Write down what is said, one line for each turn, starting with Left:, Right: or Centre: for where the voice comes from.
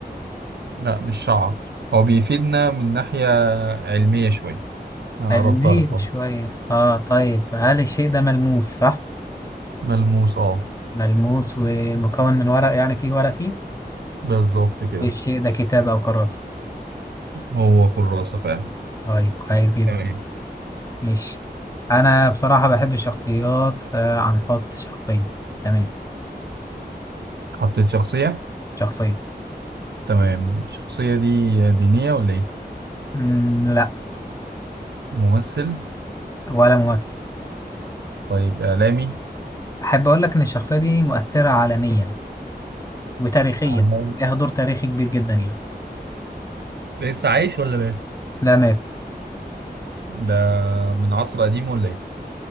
Right: لا مش شعر هو بيفيدنا من ناحية علمية شوية انا
Left: قلبيه
Right: قربتها لك اهو
Left: شوية اه طيب هل الشيء ده ملموس صح؟
Right: ملموس اه
Left: ملموس ومكون من ورق يعني فيه ورق فيه
Right: بالظبط كده
Left: الشيء ده كتاب أو كراسة
Right: هو كراسة فعلا
Left: طيب كويس جدا
Right: تمام
Left: ماشي أنا بصراحة بحب الشخصيات فهنحط شخصية تمام
Right: حطيت شخصية
Left: شخصية
Right: تمام الشخصية دي دينية ولا إيه؟
Left: مم لا
Right: ممثل
Left: ولا ممثل
Right: طيب إعلامي
Left: أحب أقول لك إن الشخصية دي مؤثرة عالميا وتاريخيا
Right: عمل
Left: لها دور تاريخي كبير جدا يعني
Right: ده لسه عايش ولا مات
Left: لا مات
Right: ده من عصر قديم ولا إيه؟